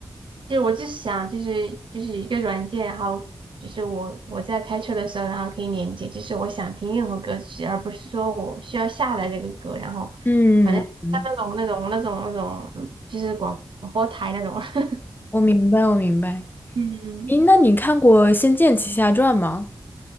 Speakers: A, on the right (about 75°); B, on the left (about 25°).
A: 就是我就是想，就是就是一个软件，然后就是我我在开车的时候，然后可以连接，就是我想听任何歌曲，而不是说我需要下载这个歌，然后
B: 嗯嗯，
A: 反正像那种那种那种那种，
B: 嗯
A: 就是广播台那种。<laughs>
B: 我明白，我明白。
A: 嗯，
B: 诶，那你看过《仙剑奇侠传》吗？